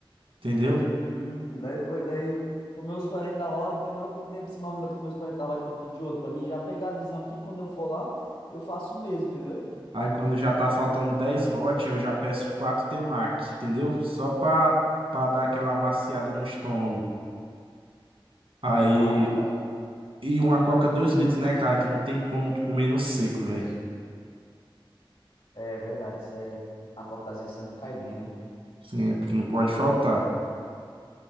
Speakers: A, on the right; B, on the left.
A: entendeu?
B: Hum, daí depois, daí comer os 40 hot, demora quanto tempo assim, mais ou menos pra comer os 40 hot pra pedir outro? Pra mim já pegar a visão aqui, quando eu for lá, eu faço o mesmo, entendeu?
A: Aí quando já tá faltando 10 hot, eu já peço 4 temaki, entendeu? Só pra, pra dar aquela amaciada no estômago. Aí,
B: Ah, cara,
A: e uma coca 2 litros, né, cara? Que não tem como tu comer no seco, velho.
B: é verdade, isso é... A cocazinha sempre cai bem, né?
A: Sim, porque não pode faltar.